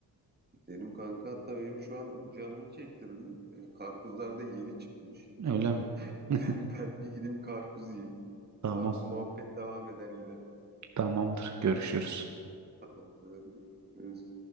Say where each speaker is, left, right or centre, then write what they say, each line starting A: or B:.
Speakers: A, on the right (about 20°); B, on the right (about 40°).
A: benim kanka hatta benim şu an canımı çektirdim E, Karpuzlar da yeni çıkmış.
B: Öyle mi?
A: <laughs>
B: <laughs>
A: Ben ben bir gideyim karpuz yiyeyim.
B: Tamam.
A: Abi bu muhabbet devam eder gider.
B: Tamamdır. Görüşürüz.
A: Tamamdır. Görüşürüz.